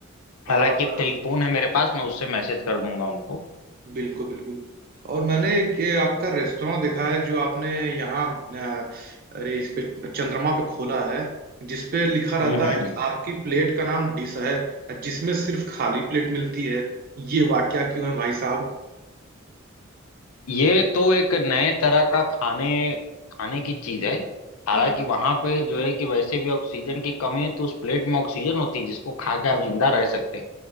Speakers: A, on the right; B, on the left.
A: और
B: हालांकि एक टेलीफोन है मेरे पास मैं उससे मैसेज कर दूंगा उनको
A: बिल्कुल बिल्कुल और मैंने एक ये आपका रेस्टोरेंट देखा है जो आपने यहाँ अ, अरे इस पे चंद्रमा पे खोला है जिस पे लिखा रहता
B: हम्म हम्म
A: है कि आपकी प्लेट का नाम डिश है जिसमें सिर्फ खाली प्लेट मिलती है ये वाकया क्यों है भाई साहब
B: ये तो एक नए तरह का खाने खाने की चीज है हालांकि
A: हाँ
B: वहां पे जो है कि वैसे भी ऑक्सीजन की कमी है तो उस प्लेट में ऑक्सीजन होती है जिसको खा के आप जिंदा रह सकते हैं